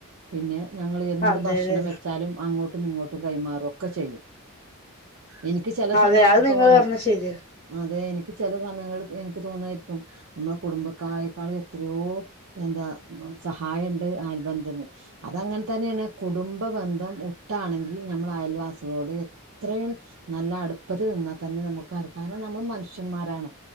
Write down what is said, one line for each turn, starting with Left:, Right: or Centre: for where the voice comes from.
Right: പിന്നെ ഞങ്ങൾ എന്ത്
Left: അതെ
Right: ഭക്ഷണം വെച്ചാലും അങ്ങോ ട്ടും ഇങ്ങോട്ടും കൈമാറും ഒക്കെ ചെയ്യും എനിക്ക് ചെല
Left: അതെ
Right: സമയങ്ങൾ
Left: അത് നിങ്ങൾ
Right: തോന്നും
Left: പറഞ്ഞത് ശരിയാ
Right: അതെ എനി ക്ക് ചെല സമയങ്ങളിൽ എനിക്ക് തോന്നാരിക്കും നമ്മളെ കുടുംബക്കാരെക്കാളു എത്രയോ എന്താ സഹായ ഇണ്ട് അയൽബന്ധന്ന് അതങ്ങനെ തന്നേണ് കുടുംബ ബന്ധം ഉട്ടാണെങ്കി ഞമ്മൾ അയൽവാസികളോട് ഇത്രയും നല്ല അട്പ്പത്തില് നിന്നാ തന്നെ നമുക്ക് അരക്കാനും നമ്മൾ മനുഷ്യന്മാരാണ്.